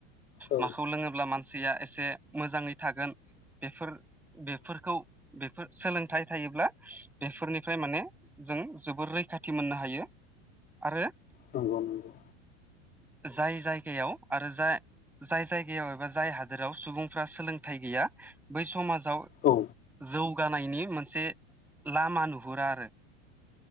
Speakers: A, on the left; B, in the centre.
A: औ
B: माखौ लोंङोब्ला मानसि सिया एसे मोजांङै थागोन बेफोर बेफोरखौ बे फोर सोलोंथाइ थायोब्ला बेफोरनिफ्राय माने जों जोबोर रैखाथि मोननो हायो। आरो
A: नंगौ नंगौ
B: जाय जायगायाव आरो जा जाय जायगायाव एबा जाय हादोराव सुबुंफ्रा सोलोंथाइ गैया बै समाजाव
A: औ
B: जौ गानायनि मोन से लामा नुहुरा आरो